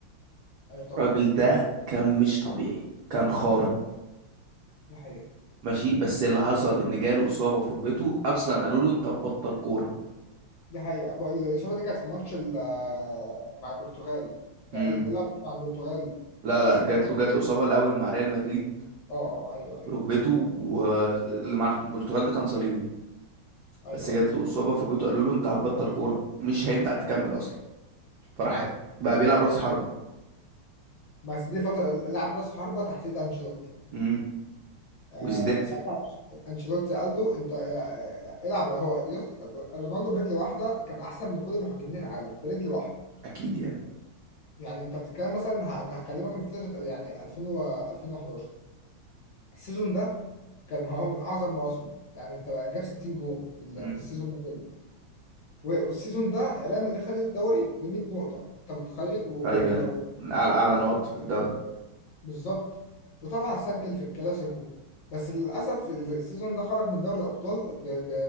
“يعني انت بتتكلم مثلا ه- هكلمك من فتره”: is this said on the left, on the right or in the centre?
Left